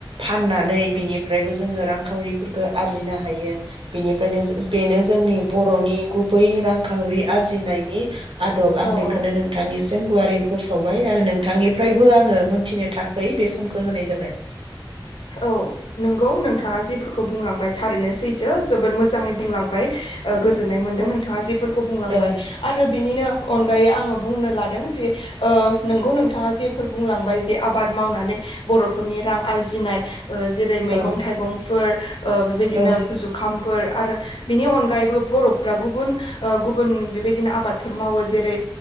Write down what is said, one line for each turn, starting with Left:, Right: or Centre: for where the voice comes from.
Right: फाननानै बिनिफ्रायबो जोङो रांखावरिफोरखौ आरजिनो हायो। बेनिफ्रायनो बेनो जोंनि बर'नि गुबै रांखावरि आरजिनायनि आदब
Left: औ
Right: आं बेखौनो
Left: औ
Right: नोंथांनि सिम गुवारै फोसावबाय आरो नोंथांनिफ्रायबो आङो मोनथिनो थाखाय बे समखौ होनाय जाबाय।
Left: औ नंगौ नोंथाङा जिफोरखौ बुंलांबाय थारैनो सैथो जोबोद मोजाङै बुंलांबाय। ओ गोजोननाय मोन्दों
Right: औ
Left: नोंथाङा जिफोरखौ बुंलांबाय
Right: औ
Left: आरो बिनिनो अनगायै आङो बुंनो लादों जे ओ नंगौ नोंथाङा जे फोर बुंलांबाय जे आबाद मावनानै बर'फोरनि रां आरजिनाय ओ जेरै
Right: औ
Left: मैगं थाइगंफोर ओ बेबायदिनो
Right: औ
Left: जुखाम फोर आरो बिनि अनगायैबो बर' गुबुन-गुबुन बेबायदिनो आबादफोर मावो जेरै